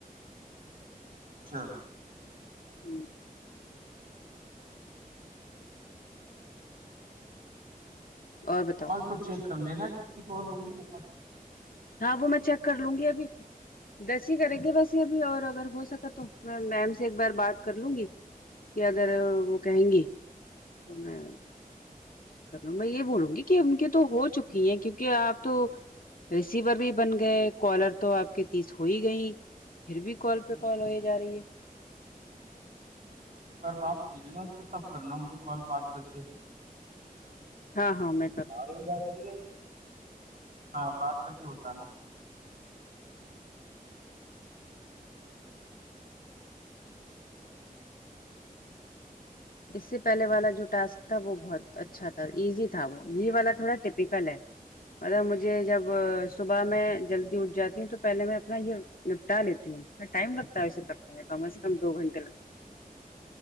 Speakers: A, on the right; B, on the left.
A: اچھا
B: ہمم اور بتاؤ
A: کال تو چیک کر لینا کتنی کال ہوگی تو
B: ہاں وہ میں چیک کر لوں گی ابھی دسی ہی کریں گے بس یے ابھی اور اگر ہو سکا تو میں میم سے ایک بار بات کر لوں گی کہ اگر وہ کہیں گی تو میں کر لو میں یے بولوں گی کی ان کے تو ہو چکی ہیں کیونکہ آپ تو ریسیور بھی بن گئے کالر تو آپ کے تیس ہو ہی گئی پھر بھی کال پے
A: ہوں
B: کال ہو ہی جا رہی ہے
A: تو ایک بار بات کر لینا ان سے تب کرنا مجھے کال بات کر کے
B: ہاں ہاں میں کر
A: ساری ہاں بات کر کے بتانا
B: اس سے پہلے والا جو ٹاسک تھا وہ بہت اچھا تھا ایزی تھا وہ یے والا تھوڑا ٹپیکل ہے مطلب مجھے جب صبح میں جلدی اٹھ جاتی ہوں تو پہلے میں اپنا یے نپٹا لیتی ہوں ٹائم لگتا ہے ویسے کرنے میں کم از کم دو گھنٹے لگتے